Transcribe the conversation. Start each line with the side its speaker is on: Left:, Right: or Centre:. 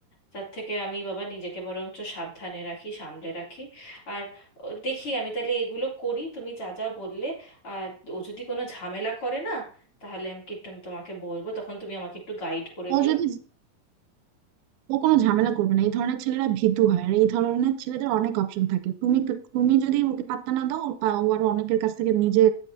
Left: তার থেকে আমি বাবা নিজেকে বরঞ্চ সাবধানে রাখি সামলে রাখি আর ও, দেখি আমি তাহলে এগুলো করি তুমি যা যা বললে আর ও যদি কোনো ঝামেলা করে না তাহলে আমি একটু আমি তোমাকে বলবো তখন তুমি আমাকে একটু গাইড করে
Right: ও
Left: দিও
Right: যদি ও কোনো ঝামেলা করবে না এই ধরনের ছেলেরা ভীতু হয় আর এই ধরনের ছেলেদের অনেক অপশন থাকে তুমি তুমি যদি ওকে পাত্তা না দাও ও পা- ও আরো অনেকের কাছ থেকে নিজে